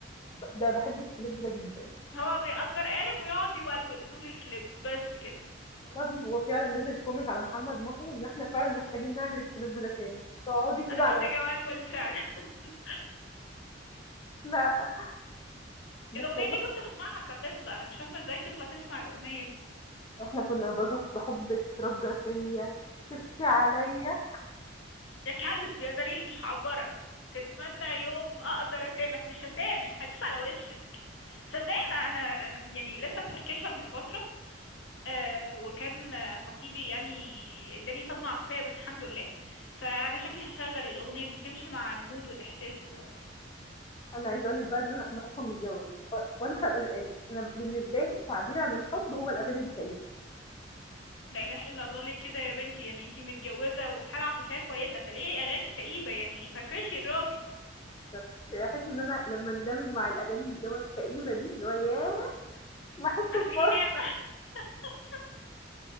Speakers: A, on the left; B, on the left.
A: أحب- ده بحب الكليب ده جدا
B: هو بيأجر قارب ويقعد يولول طول الكليب بس كده
A: والله العظيم هو فعلا نزل كوميك على محمد محي ان احنا فعلا محتاجين نعمل الكليب ده تاني تقعدي
B: انا
A: كده
B: محتاجه
A: على نفس-
B: اولول فعلا <laughs>
A: لا
B: الاغنيه
A: بس والله
B: دي كنت بسمعها كطفله انا مش فاهمه ازاي طفله تسمع الاغنيه دي
A: احنا كنا برضو كنت بحب تتردى فيا تبكي عليا
B: يا كلب يا ذليل مش هعبرك تتمنى يوم اقدر اسامح مش هسامح هدوس على وشك صدقني انا انا أم، يعني لسه مفركشه من فتره آه وكان آه، خطيبي يعني اداني صدمه عاطفيه بس الحمد لله فانا شكلي هشغل الاغنيه دي هتمشي مع المود والاحساس دلوقتي
A: انا عايزه اقول لك بقى ان انا أنا اصلا متجوزه ف- وانا ح- أنا- يعني انا بالنسبه لي تعبيري عن الحب هو الاغاني الكئيبه
B: لا اله الا الله ليه كده يا بنتي يعني انتي متجوزه وفي حاله عاطفيه كويسه فليه اغاني كئيبه يعني فرفشي الراجل
A: أكتر، باحس إن أنا لمّا اندمج مع الأغاني اللي هو الكئيبة دي، اللي هو ياه! باحس
B: انا
A: بفرح،
B: في ايدي نعمه <laughs>